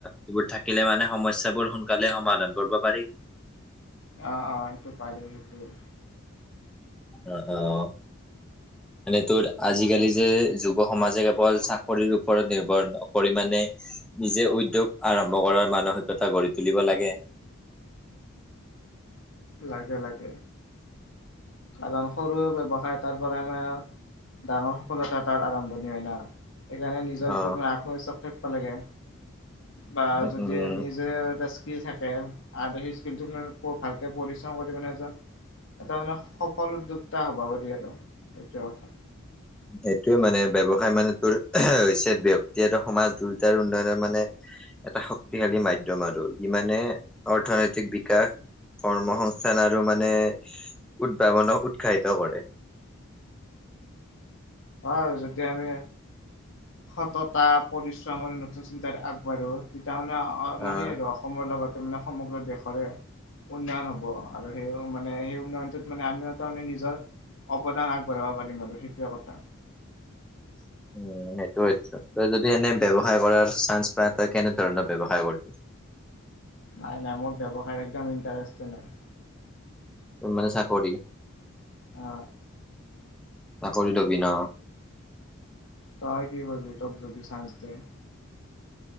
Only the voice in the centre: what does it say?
এইবোৰ থাক মানে সমস্যাবোৰ সোনকালে সমাধান কৰব পাৰি।
অঁ-অঁ। এনে তোৰ আজি-কালি যে যুৱ সমাজে কেৱল চাকৰিৰ ওপৰত নিৰ্ভৰ নকৰি মানে নিজে উদ্যোগ আৰম্ভ কৰাৰ মানসিকতা গঢ়ি তুলিব লাগে।
অ
উম
উম
এইটোৱে মানে ব্যৱসায় মানে তোৰ হৈছে ব্যক্তি আৰু সমাজ দুয়োটাৰ উন্নয়নৰ মানে এটা শক্তিশালী মাধ্যযম আৰু ই মানে অৰ্থনৈতিক বিকাশ, কৰ্মসংস্থান আৰু মানে উদ্ভাৱনো সাহিত কৰে।
আহ
<inaudible> উ সেইটো হয় দেচোন। তই যদি এনে ব্যৱসায় কৰাৰ চান্স পা তই কেনেধৰণৰ ব্যৱসায় য় কৰবি?
ও মান চাকৰি?
চাকৰি লবি ন?